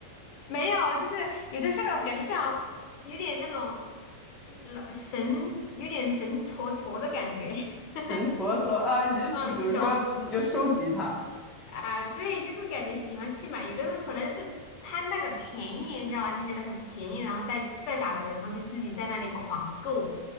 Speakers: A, on the left; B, in the centre.
A: 没有，就是有的时候感觉像有点那种老神，有点神戳戳的感觉。<laughs>
B: <laughs> 神搓搓啊，你就只比如说你就收集它。
A: 嗯，你懂。啊，对，就是感觉喜欢去买，有的时候可能是贪那个便宜，你知道吗？就觉得很便宜，然后再再打折，然后就自己在那里狂购，